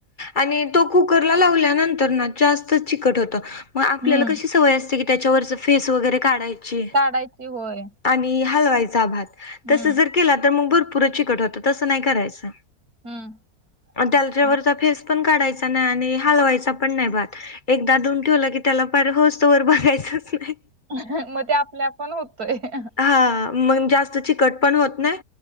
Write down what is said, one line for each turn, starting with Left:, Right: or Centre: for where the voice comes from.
Left: आणि तो कुकरला लावल्यानंतर ना जास्त चिकट होते. मग आपल्याला
Right: हम्म.
Left: कशी सवय असते की त्याच्यावरच फेस वगैरे काढायची.
Right: काढायची होय.
Left: आणि हलवायचा भात
Right: हम्म,
Left: तसं जर केला तर मग भरपूर चिकट होतं तसं नाही करायचं.
Right: हम्म.
Left: त्याच्यावरचा
Right: हम्म.
Left: फेस पण काढायचा नाय आणि हलवायचा पण नाही भात. एकदा धूवून ठेवलं की त्याला पार होस तोवर बघायचंच नाय.
Right: हं हं मग ते आपल्या आप पण होतोय हंहं.
Left: हा मग जास्त चिकट पण होत नाय